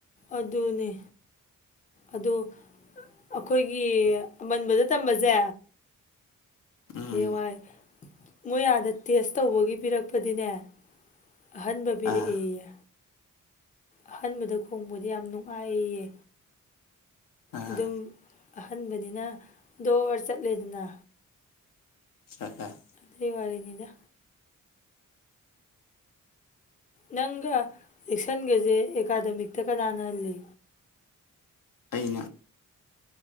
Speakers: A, on the left; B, on the left.
A: ꯑꯗꯨꯅꯤ ꯑꯗꯣ ꯑꯩꯈꯣꯏꯒꯤ ꯑꯃꯟꯕꯗ ꯇꯝꯕꯁꯦ
B: ꯎꯝ
A: ꯍꯌꯦꯡꯋꯥꯏ ꯃꯣꯏ ꯑꯥꯗ ꯇꯦꯁ ꯇꯧꯕꯒꯤ ꯄꯤꯔꯛꯄꯗꯤꯅꯦ ꯑꯍꯟꯕ ꯄꯤꯔꯛꯑꯌꯦ
B: ꯑꯥ
A: ꯑꯍꯟꯕꯗ ꯈꯣꯡꯕꯗꯤ ꯌꯥꯝ ꯅꯨꯡꯉꯥꯏꯑꯌꯦ
B: ꯑꯥ
A: ꯑꯗꯨꯝ ꯑꯍꯟꯕꯅꯤꯅ ꯗꯣꯔꯔ ꯆꯠꯂꯦꯗꯅ
B: ꯑ ꯑ
A: ꯑꯗꯨꯏꯋꯥꯔꯤꯅꯤꯗ ꯅꯪꯒ ꯌꯦꯛꯁꯟꯒꯁꯦ ꯑꯦꯀꯥꯗꯃꯤꯛꯇ ꯀꯅꯥꯅꯍꯜꯂꯤ
B: ꯑꯩꯅ